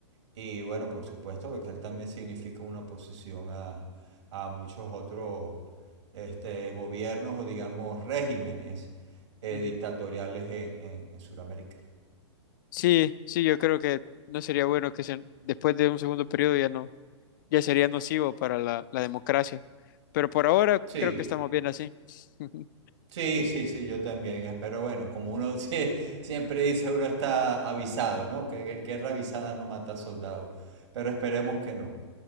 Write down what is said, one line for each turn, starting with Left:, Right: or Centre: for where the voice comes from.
Right: Y bueno, por supuesto, porque él también significa una oposición a, a muchos otros este, gobiernos o digamos regímenes eh,
Left: Ujú.
Right: dictatoriales en, en, en Sudamérica.
Left: Sí, sí, yo creo que no sería bueno que se- después de un segundo periodo ya no, ya sería nocivo para la, la democracia. Pero por ahora
Right: Sí,
Left: creo que estamos bien así. <laughs>
Right: sí, sí, sí, yo también. eh, Pero bueno, como uno <laughs> sie- siempre dice, uno está avisado, ¿no? Que, que guerra avisada no mata soldado. Pero esperemos que no.